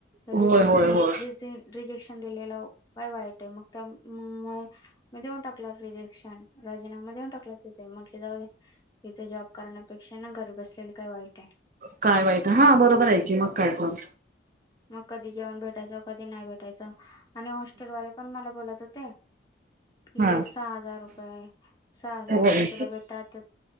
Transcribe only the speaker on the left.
रिजनिंग
र रिजेक्शन दिलेल काय वाईट आहे मग त्यामुळे मी देऊन टाकला रिजेक्शन राजीनामा देऊन टाकला कु ते म्हटले जाऊ इथे जॉब करण्यापेक्षा ना घरी बसलेले काही वाईट आहे
मग कधी जेवण भेटायचं कधी नाही भेटायच आणि हॉस्टेलवाले पण मला बोलत होते की
सहा हजार रुपये सहा हजार
रुपये तुला भेटा तर